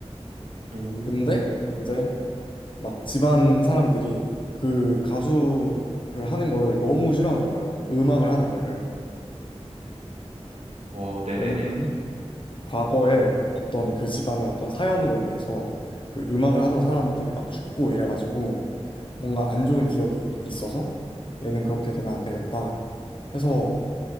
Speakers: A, on the right (about 75°); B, on the left (about 50°).
A: 음,
B: 근데 이제 막 집안 사람들이 그 가수를 하는 거를 너무 싫어하는 거예요. 음악을 하는 거를.
A: 어, 네네네.
B: 왜냐면 과거에 어떤 그 집안의 어떤 사연으로 인해서 그 음악을 하던 사람들이 막 죽고 이래가지고 뭔가 안 좋은 기억이 있어서 얘는 그렇게 되면 안 되겠다 해서